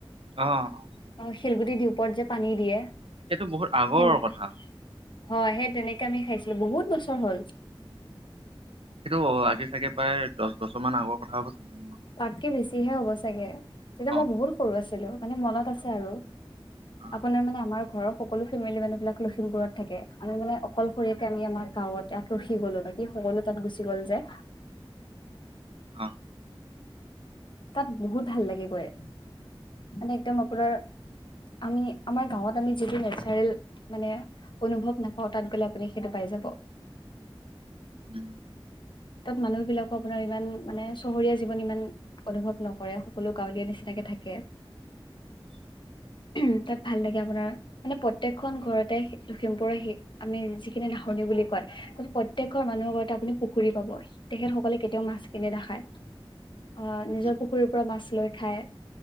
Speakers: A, on the right (about 80°); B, on the left (about 60°).
A: অ অ।
B: শিলগুটি দি ওপৰত যে পানী দিয়ে।
A: সেইটো বহুত আগৰ
B: সেইটোৱেই,
A: কথা
B: হয় সেই তেনেকে আমি খাইছো। বহুত বছৰ হ'ল।
A: এইটো, আজি চাগে প্ৰায় দহ বছৰ মান আগৰ কথা হ'ব। চাগে। মোৰ মতে।
B: তাতকে, বেছিহে হ'ব চাগে। তেতিয়া
A: অ
B: মই বহুত সৰু আছিলো, মানে মনত আছে আৰু।
A: অ
B: আপোনাৰ মানে আমাৰ ঘৰত। সকলো ফেমেলি মানুহ বিলাক লখিমপুৰত থাকে। আমি মানে অকলশৰীয়াক আমি আমাৰ গাঁৱত ইয়াত ৰখি গ'লো, বাকি সকলো তাত গুচি গ'ল যে।
A: অহ্।
B: তাত বহুত ভাল লাগে গৈ। মানে একদম আপোনাৰ। আমি, আমাৰ গাঁৱত আমি যিটো নেচাৰেল, মানে অনুভৱ নাপাওঁ তাত গলে আপুনি সেইটো পাই। যাব।
A: উম
B: তাত মানুহ বিলাকো আপোনাৰ ইমান, মানে চহৰীয়া জীৱন ইমান। অনুভৱ নকৰে। সকলো গাঁৱলীয়া নিচিনাকে থাকে।
A: <unintelligible>
B: উহ্ তাত ভাল লাগে আপোনাৰ। মানে প্ৰত্যেকখন ঘৰতে সেই লখিমপুৰৰ হে আমি যিখিনি নাহৰ বুলি কয়, প্ৰতেকৰ মানুহৰ ঘৰতে আপুনি পুখুৰী পাব। তেখেত সকলে কেতিয়াও মাছ কিনে নাখায়। আ, নিজৰ
A: উম
B: পুখুৰীৰ পৰা মাছ লৈ খায়।